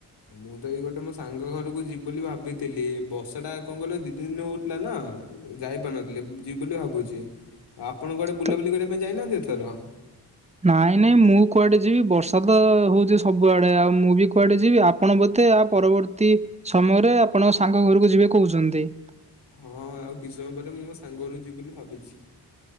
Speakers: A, on the left; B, on the right.
A: ମୁଁ ତ ଏଇ ଗୋଟେ ମୋ ସାଙ୍ଗ ଘରକୁ ଯିବି ବୋଲି ଭାବିଥିଲି ବସା ଟା କଣ କହିଲ ଦି ତିନି ଦିନ ହଉଥିଲା ନା ଯାଇପାରୁନଥିଲି ଏ ଯିବି ବୋଲି ଭାବୁଚି। ଆପଣ କୁଆଡ଼େ ବୁଲା
B: ତ
A: ବୁଲି କରିବାପାଇଁ ଯାଇନାହାନ୍ତି ଏଥର?
B: ନାଇଁ ନାଇଁ ମୁଁ କୁଆଡ଼େ ଯିବି ବର୍ଷା ତ ହୋଉଚି ସବୁଆଡ଼େ ଆଉ ମୁଁ ବି କୁଆଡ଼େ ଯିବି ଆ ଆପଣ ବୋଧେ ଆ ପରବର୍ତ୍ତୀ ସମୟରେ ଆପଣଙ୍କ ସାଙ୍ଗ ଘରକୁ ଯିବେ କହୁଚନ୍ତି।
A: ହଁ ଆଉ କିଛି ସମୟ ପରେ ମୁଁ ମୋ ସାଙ୍ଗରୁ ଯିବି ବୋଲି ଭାବିଚି।